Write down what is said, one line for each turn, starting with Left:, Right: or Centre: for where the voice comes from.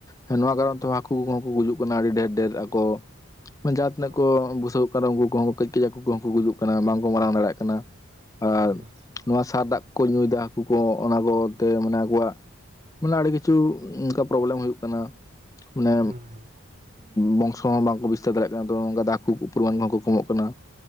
Left: ᱦᱮᱸ ᱱᱚᱣᱟ
Right: ᱦᱩᱸ
Left: ᱠᱟᱨᱚᱱ ᱛᱮᱦᱚᱸ ᱦᱟᱹᱠᱩ ᱠᱚᱦᱚᱸ ᱠᱚ ᱜᱩᱡᱩᱜ ᱠᱟᱱᱟ ᱟᱹᱰᱤ ᱰᱷᱮᱨ ᱰᱷᱮᱨ ᱟᱠᱚ ᱢᱟᱱᱮ ᱡᱟᱦᱟᱸ ᱛᱤᱱᱟᱹᱜ
Right: ᱦᱩᱸ
Left: ᱠᱚ ᱵᱩᱥᱷᱟᱜᱚᱜ ᱠᱟᱱᱟ ᱩᱱᱠᱩ ᱠᱚᱦᱚᱸ ᱠᱟᱹᱡ ᱠᱟᱹᱡ ᱟᱠᱚ ᱠᱚᱦᱚᱸ ᱠᱚ ᱜᱩᱡᱩᱜ ᱠᱟᱱᱟ ᱵᱟᱝ ᱠᱚ ᱢᱟᱲᱟᱝ ᱫᱟᱲᱮᱭᱟᱜ ᱠᱟᱱᱟ ᱟᱨ
Right: ᱦᱮᱸ
Left: ᱱᱚᱣᱟ ᱥᱟᱨ ᱫᱟᱜ ᱠᱚ ᱧᱩᱭᱮᱫᱟ ᱩᱱᱠᱩ ᱠᱚ ᱚᱱᱟ ᱠᱚᱛᱮ ᱢᱟᱱᱮ ᱟᱠᱚᱣᱟᱜ ᱢᱟᱱᱮ ᱟᱹᱰᱤ ᱠᱤᱪᱷᱩ ᱚᱱᱠᱟ ᱯᱨᱚᱵᱞᱮᱢ ᱦᱩᱭᱩᱜ ᱠᱟᱱᱟ ᱢᱟᱱᱮ
Right: ᱦᱩᱸ
Left: ᱵᱚᱝᱥᱚ ᱦᱚᱸ ᱵᱟᱝᱠᱚ ᱵᱤᱥᱛᱟᱨ ᱫᱟᱲᱮᱭᱟᱜ ᱠᱟᱱᱟ ᱛᱚ ᱱᱚᱝᱠᱟ ᱫᱟᱜ ᱯᱚᱨᱤᱢᱟᱱ ᱠᱚ ᱠᱚᱢᱚᱜ ᱠᱟᱱᱟ